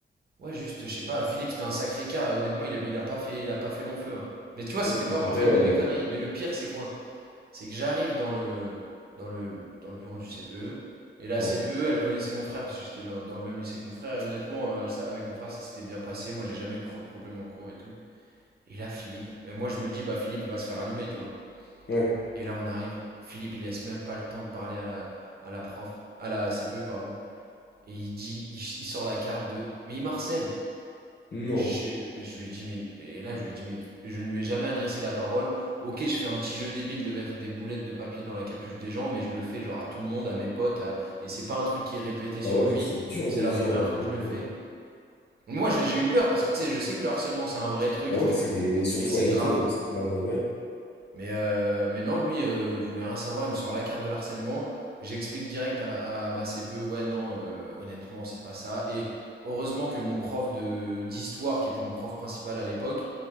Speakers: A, on the right; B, on the left.
A: ouais, juste, je sais pas, Philippe, c'était un sacré cas. Honnêtement, il a, il a pas fait, il a pas fait long feu. hein. Mais tu vois, c'était
B: Ok,
A: pas
B: bon,
A: vraiment
B: après,
A: une
B: euh,
A: de mes conneries. Mais le pire, c'est quoi? C'est que j'arrive dans le, dans le, dans le bureau du CPE. Et la
B: ouais,
A: CPE, elle connaissait mon frère parce que j'étais dans dans le même lycée que mon frère. Et honnêtement, euh, elle sa- avec mon frère, ça s'était bien passé. Moi, j'ai jamais eu trop de problèmes en cours et tout. Et là, Philippe, ben, moi, je me dis, bah, Philippe va se faire allumer, tu vois.
B: ouais,
A: Et là, on arrive. Philippe, il laisse même pas le temps de parler à la, à la prof, à la CPE, pardon. Et il dit, il, il sort la carte de, mais il marcelle.
B: non.
A: Je, mais je lui ai dit, mais, et là, je lui ai dit, mais je ne lui ai jamais adressé la parole. Ok, je fais un petit jeu débile de mettre des boulettes de papier dans la capuche des gens, mais je le fais genre à tout le monde, à mes potes, à- et c'est pas un truc qui est répété sur
B: Bah ouais,
A: lui.
B: genre, c'est dur
A: C'est
B: de
A: la
B: dire.
A: première
B: euh,
A: fois que je le
B: ouais.
A: fais. Moi, j'ai j'ai eu peur parce que tu sais, je sais que le harcèlement c'est un vrai truc
B: Ah
A: et
B: ouais,
A: que,
B: c'est des- surtout
A: et que c'est
B: à l'école,
A: grave.
B: c'est grave, euh, ouais,
A: Mais, euh, mais non, lui, euh, il voulait rien savoir. Il me sort la carte de l'harcèlement. J'explique direct à, à ma CPE, ouais, non, euh, honnêtement, c'est pas ça. Et heureusement que mon prof de d'histoire, qui était mon prof principal à l'époque,